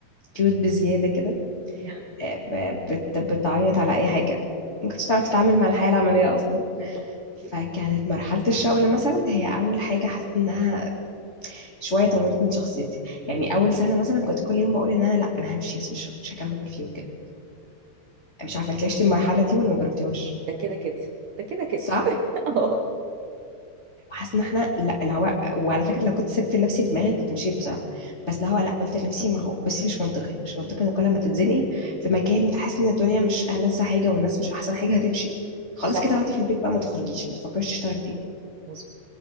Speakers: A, on the left; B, on the right.
A: كيوت بزياده كده
B: <laughs>
A: آه ب- بت بتعيط على اي حاجه ما كنتش تعرف تتعامل مع الحياه العمليه اصلا
B: أوكي،
A: فكانت مرحله الشغل مثلا هي اول حاجه حسيت انها شويه طورت من شخصيتي يعني اول سنه مثلا كنت كل يوم بقول ان انا لا انا همشي بس مش مش هكمل فيه وكده مش عارفه انت عشتي المرحله دي ولا ما جربتيهاش
B: ده كده كده ده كده كده
A: صح
B: <laughs> آه.
A: وحاسه ان احنا لا اللي هو وعلى فكره لو كنت سبت لنفسي دماغي كنت مشيت بصراحه بس اللي هو لا قلت لنفسي ما هو بس مش منطقي مش منطقي ان كل ما تتزنقي في مكان وتحسي ان الدنيا مش ألذ حاجه والناس مش احسن حاجه هتمشي خلاص
B: صح
A: كده اقعدي في البيت بقى ما تخرجيش ما تفكريش تشتغلي تاني
B: مظبوط